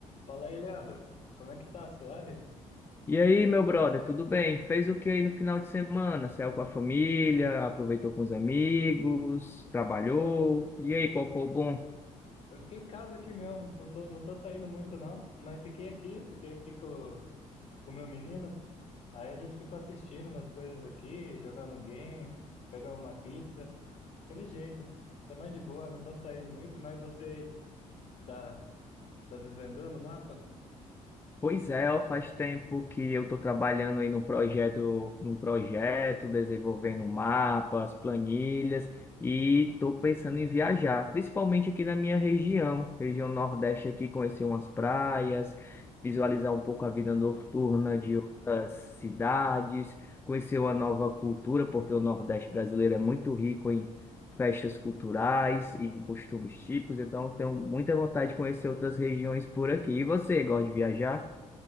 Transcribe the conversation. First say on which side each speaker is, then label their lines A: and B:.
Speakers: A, on the left; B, on the left.
A: Fala aí, Leandro. Como é que tá? Suave?
B: E aí, meu brother, tudo bem? Fez o que aí no final de semana? Saiu com a família, aproveitou com os amigos, trabalhou.
A: Eu,
B: E aí, qual
A: eu fiquei,
B: foi o bom?
A: eu fiquei em casa aqui mesmo. Não tô, não tô saindo muito, não. Mas fiquei aqui, fiquei aqui com com o meu menino. Aí a gente ficou assistindo umas coisas aqui, jogando um game, pegando uma pizza. Aquele jeito. Tô mais de boa, não tô saindo muito. Mas você tá, tá desvendando o mapa?
B: Pois é, ó, faz tempo que eu estou trabalhando aí no projeto, num projeto, desenvolvendo mapas, planilhas e estou pensando em viajar, principalmente aqui na minha região, região Nordeste aqui, conhecer umas praias, visualizar um pouco a vida noturna
A: Sim.
B: de outras cidades, conhecer uma nova cultura, porque o Nordeste brasileiro é muito rico em festas culturais e costumes típicos, então tenho muita vontade de conhecer outras regiões por aqui. E você, gosta de viajar?